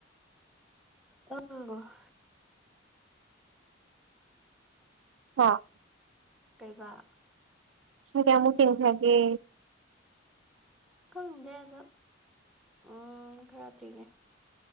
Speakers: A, in the centre; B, on the right (about 85°).
A: ꯑ
B: ꯍꯥꯥ
A: ꯀꯩꯕꯥꯛ
B: ꯁ ꯀꯦꯃ ꯇꯧ ꯊꯒꯦ
A: ꯈꯪꯗꯦ ꯑꯗꯣ ꯎꯝ ꯈꯔ ꯊꯤꯒꯦ